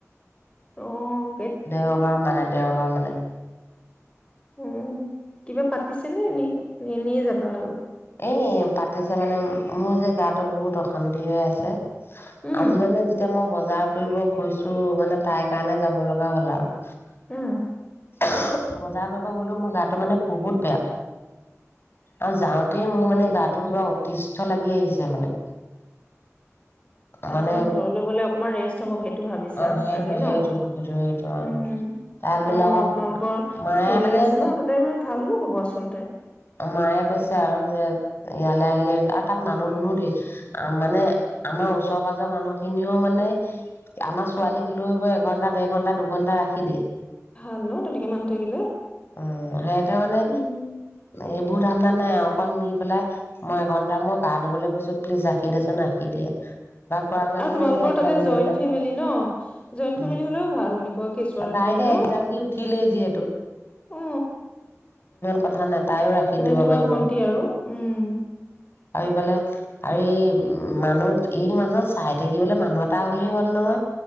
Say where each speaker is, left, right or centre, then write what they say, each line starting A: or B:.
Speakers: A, on the left; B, on the left.
A: অ'।
B: দেওবাৰ মানে। দেওবাৰ মানে।
A: উম, কিবা পাতিছেনে নে এনেই যাবা আৰু?
B: এ, পাতিছে মানে- মোৰ যে গাটো বহুত অশান্তি হৈ আছে।
A: উম
B: আজি মানে যেতিয়া মই বজাৰ কৰিব কৈছোও মানে তাইৰ কাৰণে যাব লগা হ'ল আও।
A: উম।
B: <inaudible> বজাৰ কৰিব গলেও মোৰ গাটো মানে বহুত বেয়া। আৰু যাওঁ <unintelligible> মোৰ মানে গাটো পুৰা অতিষ্ঠ লাগি আহিছে মানে।
A: তাৰমানে
B: মানে
A: ঘৰলৈ গলে অকণমান ৰেষ্ট হব, সেইটো ভাবিছা
B: অ', সেইটো
A: চাগে ন।
B: সেইটো সেইটো সেইটো অ',
A: উম।
B: তাত গ'লে
A: অঅ
B: অকণ
A: তোমালোকৰ
B: মায়ে
A: খুৰী
B: মানে
A: আছে ন তাতে মানে ভালো হ'ব আচলতে।
B: মায়ে কৈছে আৰু যে ইয়ালে আহিলে, আৰু তাত মানুহ দুনু ধেৰ, মানে আমাৰ ওচৰ পাজৰ মানুহ খিনিও মানে আমাৰ ছোৱালীক লৈ গৈ এঘন্টা দেৰ ঘন্টা দুঘন্টা ৰাখি দিয়ে।
A: ভাল ন তেনেকে মানুহ থকিলে।
B: উম সিহঁতে মানে
A: উম।
B: এইবোৰ ধাণ্ডা নাই আ, অকণ নি পেলাই মই এঘন্টা মই গা ধুবলৈ গৈছো প্লিজ ৰাখি দেচোন, ৰাখি দিয়ে। বা খুৰা ছোৱালীজনীও
A: আৰু তোমালোকৰ
B: এতিয়া এক্জাম
A: তাতে
B: দি
A: জইন
B: উঠিলে
A: ফেমিলি ন, জইন
B: উম
A: ফেমিলি হলেও ভাল এনেকুৱা কেঁচুৱা ৰাখিবলৈ
B: তাই এতিয়া
A: ন?
B: এক্জাম দি উঠিলেই যিহেতু
A: অ।
B: <inaudible>
A: <unintelligible>
B: দিব
A: তোমাৰ
B: পাৰিব
A: ভন্টি আৰু, উম।
B: আৰু এইফালে আৰু এই মানুহ এই মানুহৰ চাই থাকিবলৈ মানুহ এটা হ'লেই হ'ল নহয়।